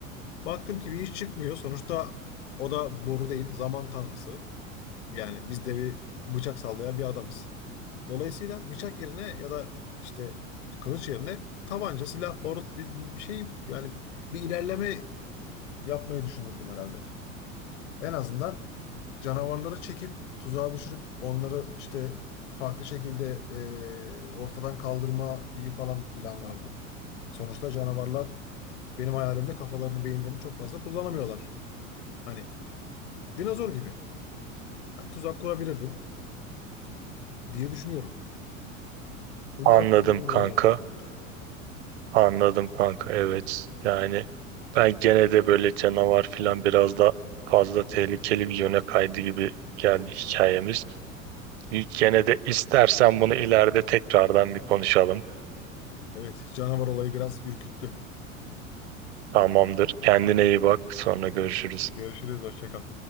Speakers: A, on the left; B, on the right.
A: Baktım ki bir iş çıkmıyor. Sonuçta o da boru değil, zaman tanrısı. Yani biz de bir bıçak sallayan bir adamız. Dolayısıyla bıçak yerine ya da işte kılıç yerine tabanca, silah, barut bir, bir şey yani bir ilerleme yapmayı düşünürdüm herhalde. En azından canavarları çekip tuzağa düşürüp onları işte farklı şekilde e, ortadan kaldırmayı falan planlardım. Sonuçta canavarlar benim hayalimde kafalarını, beyinlerini çok fazla kullanamıyorlar. Hani dinozor gibi. Yani tuzak kurabilirdim diye düşünüyorum. Umarım
B: Anladım
A: kullanamıyorlardır
B: kanka.
A: yani.
B: Anladım kanka evet. Yani ben gene de böyle canavar falan biraz da fazla tehlikeli bir yöne kaydı gibi geldi hikayemiz. Gene de istersen bunu ileride tekrardan bir konuşalım.
A: Evet, canavar olayı biraz ürküttü.
B: Tamamdır. Kendine iyi bak. Sonra görüşürüz.
A: Görüşürüz, hoşça kal.